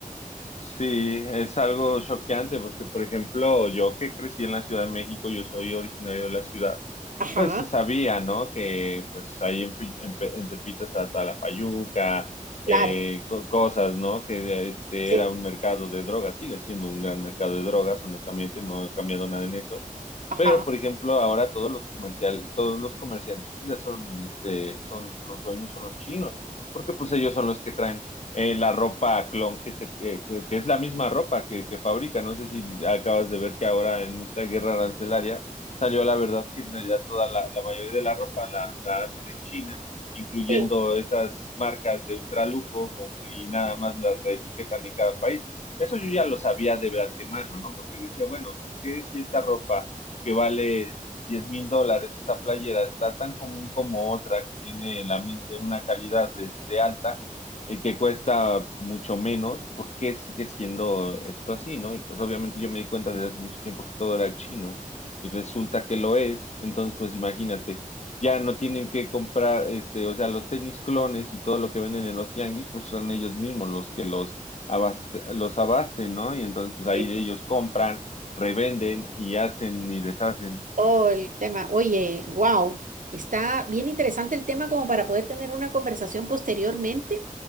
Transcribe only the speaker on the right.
Ajá,
claro,
sí,
ajá,
sí,
sí.
Oh, el tema. Oye, wow, está bien interesante el tema como para poder tener una conversación posteriormente.